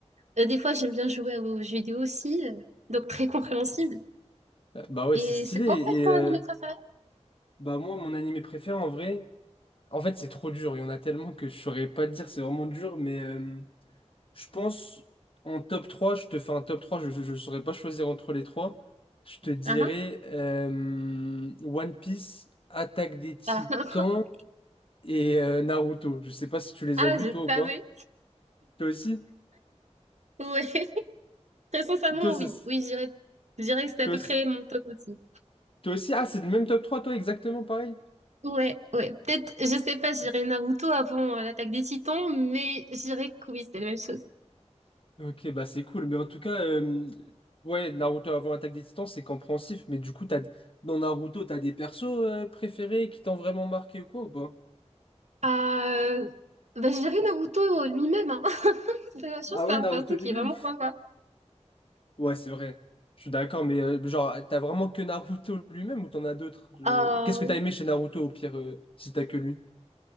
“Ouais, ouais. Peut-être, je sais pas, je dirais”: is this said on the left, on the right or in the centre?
Right